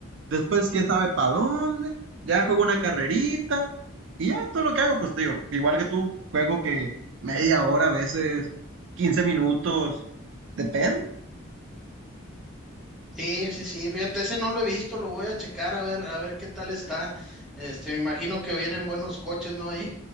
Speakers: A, on the right; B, in the centre.
A: Después, quién sabe para dónde. Ya juego una carrerita. Y ya todo lo que hago, pues digo, igual que tú, juego que media hora a veces, 15 minutos, depende.
B: sí, sí, sí, fíjate, ese no lo he visto, lo voy a checar a ver, a ver qué tal está. Este, me imagino que vienen buenos coches, ¿no? Ahí.